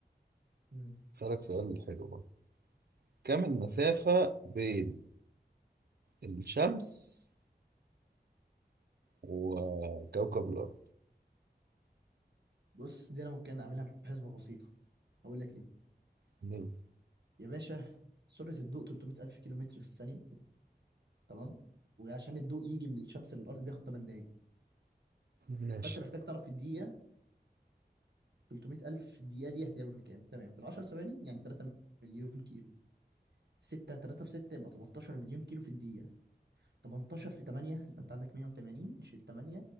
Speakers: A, on the right; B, on the right.
A: مم.
B: أسألك سؤال حلو بقى كم المسافة بين الشمس وكوكب الأرض؟
A: بص دي انا ممكن اعملها بحسبة بسيطة اقول لك ليه
B: مم.
A: يا باشا سرعة الضوء 300 ألف كيلومتر في الثانية تمام وعشان الضوء يجي من الشمس للارض بياخد 8 دقايق
B: ماشي
A: فانت محتاج تعرف في الدقيقه 300 الف دقيقه دي هتعمل كام تمام في ال 10 ثواني يعني 3 مليون كيلو في 6 3 في 6 يبقى 18 مليون كيلو في الدقيقه 18 في 8 فانت عندك 180 شيل 8